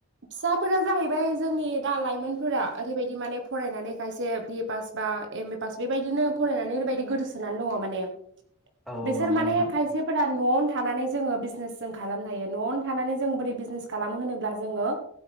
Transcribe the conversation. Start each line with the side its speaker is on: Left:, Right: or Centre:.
Right: फिसाफोरा जाहैबाय जोंनि दा लाइमोनफोरा ओरैबायदि माने फरायनानै खायसे बि ए पास बा एम ए पास बेबायदिनो फरायनानै ओरैबायदि गोदोसोनानै दङ माने।
Centre: औ औ
Right: बिसोर
Centre: नंगौ
Right: माने
Centre: नोंथां
Right: खायसे <unintelligible> न'आवनो थानानै जोङो बिजनेस जों खालामनो हायो। न'आवनो थानानै जों बोरै बिजनेस खालामो होनोब्ला जोङो